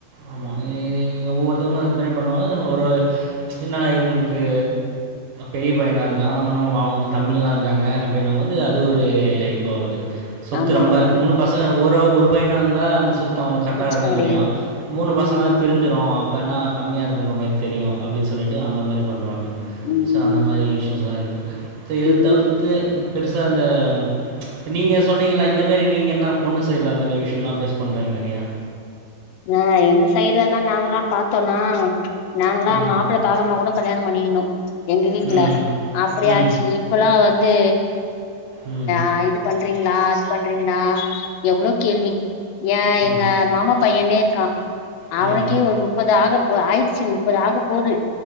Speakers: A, on the right (about 70°); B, on the left (about 85°).
A: ஆமா இ இங்க ஒவ்வொருத்தவங்களு அது மாரி பண்ணுவாங்க ஒரு என்னடா இவுங்களுக்கு பெரிய பையனா இருக்கா இன்னு அவங்க தம்பிகள்ல்லா இருக்காங்க அப்டினம் போது அது ஒரு இது ஆகுது சொத்து
B: ஆமா
A: ரொம்ப
B: ஆமா
A: மூணு பசங்க ஒரு ஒரு பையன இருந்தா அந்த சொத்து து அவங்களுக்கு கரெக்டாக
B: பிரச்சன
A: இருக்க மாரி
B: கெடையாது
A: தெரியு மூணு பசங்கனா
B: ஆமா
A: பிரிஞ்சு சுரு அப்றோ என்ன கம்மியா இருக்குன்ற மாரி தெரியு அப்டின்னு சொல்லிட்டு அந்த மாரி பண்ணுவாங்க
B: ம்
A: சோ அந்த மாரி இஸ்யூஸ் எல்லா இருக்கு இத
B: ம்
A: தவிர் து பெருசா அந்த இப்ப நீங்க சொன்னிங்களா இந்தமாரி நீங்க என்ன பொண்ணு சைடுல அந்த மாரி இஸ்யூலா பேஸ் பண்றீங்க நெறயா
B: ஆ எங்க சைட்லல்லா நாங்கல்லா பாத்தோனா நாங்களா
A: ம்.
B: மாப்புள்ள பக்காமா கூட கல்யாண பண்ணிகினோ எங்க வீட்ல
A: ம்.
B: அப்பிடியாச்சி
A: ம்.
B: இப்பல்லா வந்து
A: ம்
B: அ இது பண்றீங்ளா அது பண்றீங்ளா எவ்ளோ கேள்வி ஏ
A: ம்.
B: எங்க
A: ம்.
B: மாமா பையனே இருக்கா
A: ம்.
B: அவனுக்கே ஒரு முப்பது ஆகப்போ ஆயிடுச்சு முப்பது ஆக போது